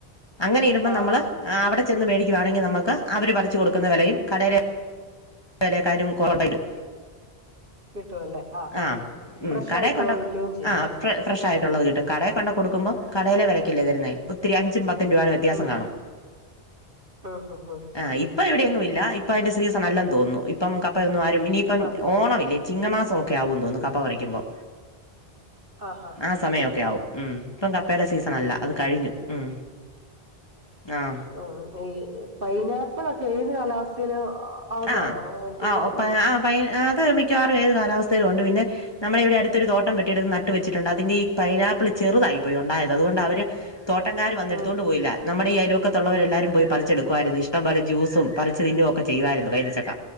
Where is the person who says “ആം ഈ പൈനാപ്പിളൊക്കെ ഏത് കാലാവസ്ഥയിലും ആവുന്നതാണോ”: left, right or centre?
Right